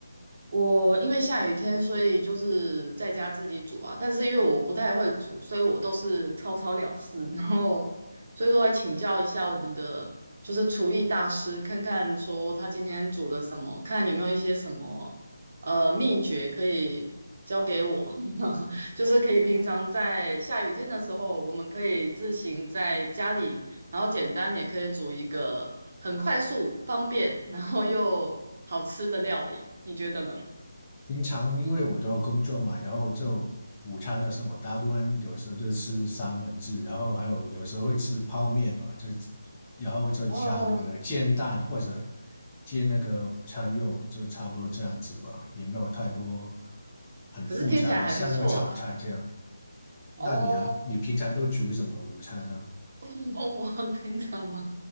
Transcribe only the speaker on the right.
我因为下雨天，所以就是在家自己煮啊。但是因为我不太会煮，所以我都是草草了事。<laughs> 然后，所以说来请教一下我们的就是厨艺大师，看看说他今天煮了什么，看有没有一些什么呃秘诀可以教给我。<laughs> 就是可以平常在下雨天的时候，我们可以自行在家里，然后简单也可以煮一个很快速、方便，然后又好吃的料理。你觉得呢？
哦，
可是听起来还不错啦。
哦，
<laughs> 我平常嘛，